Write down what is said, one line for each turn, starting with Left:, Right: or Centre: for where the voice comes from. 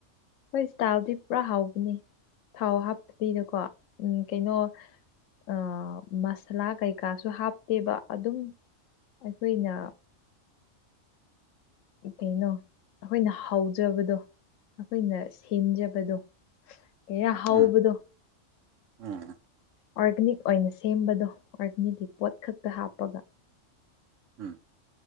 Left: ꯍꯣꯏ ꯏꯁꯇꯥꯜꯗꯤ ꯄꯨꯔꯥ ꯍꯥꯎꯕꯅꯤ ꯊꯥꯎ ꯍꯥꯞꯇꯕꯤꯗꯀꯣ ꯎꯝ ꯀꯩꯅꯣ ꯑꯥ ꯃꯁꯥꯂꯥ ꯀꯩꯀꯥꯁꯨ ꯍꯥꯞꯇꯦꯕ ꯑꯗꯨꯝ ꯑꯩꯈꯣꯏꯅ ꯀꯩꯅꯣ ꯑꯩꯈꯣꯏꯅ ꯍꯥꯎꯖꯕꯗꯣ ꯑꯩꯈꯣꯏꯅ ꯁꯦꯝꯖꯕꯗꯣ ꯀꯩꯌ ꯍꯥꯎꯕꯗꯣ
Right: ꯎꯝ ꯎꯝ
Left: ꯑꯣꯔꯒꯥꯅꯤꯛ ꯑꯣꯏꯅ ꯁꯦꯝꯕꯗꯣ ꯑꯣꯔꯒꯥꯅꯤꯛꯀꯤ ꯄꯣꯠ ꯈꯛꯇ ꯍꯥꯞꯄꯒ
Right: ꯎꯝ